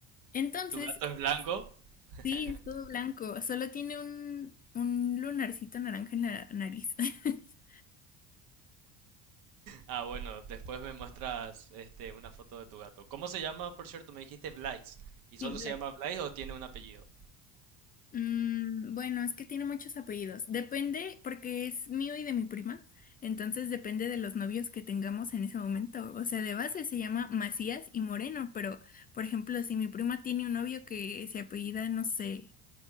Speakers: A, on the left (about 25°); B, on the right (about 70°).
A: Entonces,
B: ¿Tu gato es blanco? <laughs>
A: sí, es todo blanco, solo tiene un, un lunarcito naranja en la nariz. <laughs>
B: Ah, bueno, después me muestras este una foto de tu gato. ¿Cómo se llama, por cierto? Me dijiste Blaise. ¿Y solo
A: Sí,
B: se llama Blaise o tiene un apellido?
A: Mm, bueno, es que tiene muchos apellidos. Depende, porque es mío y de mi prima. Entonces depende de los novios que tengamos en ese momento. O sea, de base se llama Macías y Moreno, pero por ejemplo, si mi prima tiene un novio que se apellida, no sé,